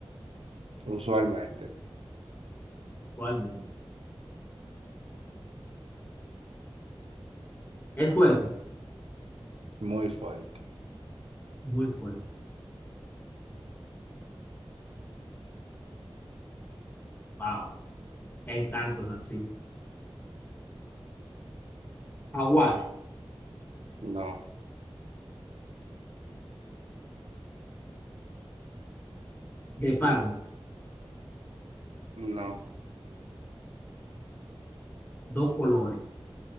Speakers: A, on the right (about 85°); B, on the left (about 20°).
A: Usualmente.
B: Igualmente. Es fuerte.
A: Muy fuerte.
B: Muy fuerte. Wow. Que hay tantos así. Jaguar,
A: No,
B: guepardo,
A: no,
B: dos colores.